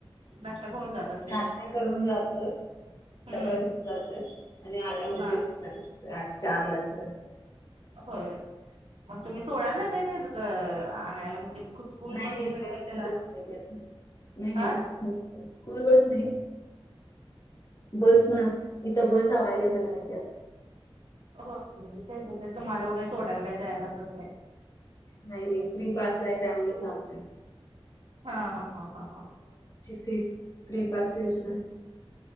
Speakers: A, on the right; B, on the left.
A: नाश्ता करून जात असेल?
B: नाश्ता करून जातो
A: हम्म
B: डबा घेऊन जातो आणि आल्यावर
A: हा
B: जेवत चारलाच
A: होय मग तुम्ही सोडायला जातय का आणायला म्हणजे खु स्कूल
B: नाही
A: बस
B: नाही
A: वगैरे
B: बसनं
A: आहे त्याला
B: जातोय त्याचं. नाही नाही
A: हा
B: बसनं स्कूल बस नाही बस न इथं बस अवलेबल आहे
A: हो म्हणजे तेच तुम्हाला वगैरे सोडायला काय जायला लागत नाही
B: नाही नाही फ्री पास आहे त्यामुळे चालत
A: हा हा हा हा हा
B: फ फ्री पास योजना आहे